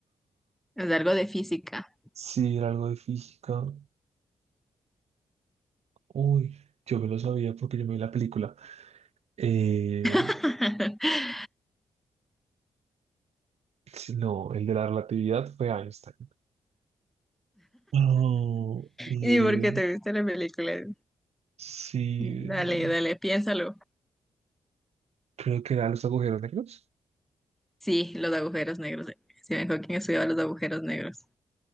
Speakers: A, in the centre; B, on the right.
A: Es algo de física.
B: Sí, era algo de física. Uy, yo me lo sabía porque yo me vi la película. Eh,
A: <laughs>
B: sí, no, el de la relatividad fue Einstein. Oh, y
A: ¿Y
B: el
A: por qué te viste la película?
B: Ciro-
A: Dale, dale, piénsalo.
B: Creo que era los agujeros negros.
A: Sí, los agujeros negros. Stephen Hawking estudiaba los agujeros negros.